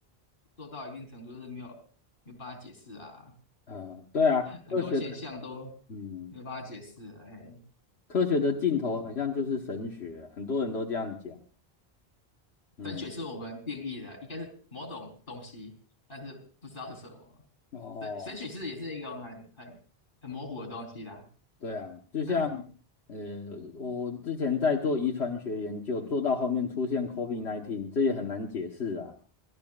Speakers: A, on the left; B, on the left.
A: 做到一定程度，就是没有没有办法解释啊，
B: 呃，对啊，科学的，
A: 很多现象都
B: 嗯，
A: 没有办法解释啊。嘿，
B: 科学的尽头好像就是神学，
A: 嗯，
B: 很多人都这样讲，嗯。
A: 神学是我们定义的，应该是某种东西，但是不知道是什么。
B: 哦，
A: 神神学是也是一种很很很模糊的东西啦。
B: 对啊，就像
A: 对，
B: 呃，我之前在做遗传学研究，做到后面出现 COVID-19，这也很难解释啊。